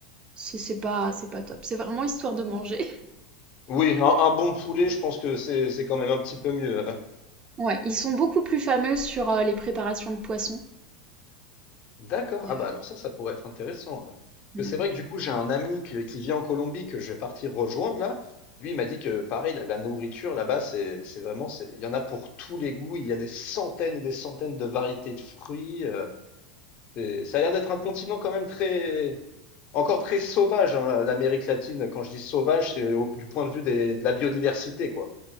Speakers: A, on the right; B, on the left.
A: C'est c'est pas, c'est pas top. C'est vraiment histoire de manger. <laughs>
B: Oui, un, un bon poulet, je pense que c'est c'est quand même un petit peu mieux. hein.
A: Ouais, ils sont beaucoup plus fameux sur euh, les préparations de poissons.
B: D'accord.
A: Il
B: Ah bah alors ça, ça pourrait être intéressant. hein.
A: euh,
B: Parce que c'est vrai que du coup, j'ai un ami qui, qui vit en Colombie que je vais partir rejoindre là. Lui, il m'a dit que pareil, la, la nourriture là-bas, c'est c'est vraiment, c'est, il y en a pour tous les goûts. Il y a des centaines et des centaines de variétés de fruits. euh, C'est- Ça a l'air d'être un continent quand même très, encore très sauvage, hein, l'Amérique latine. Quand je dis sauvage, c'est au- du point de vue des- de la biodiversité, quoi.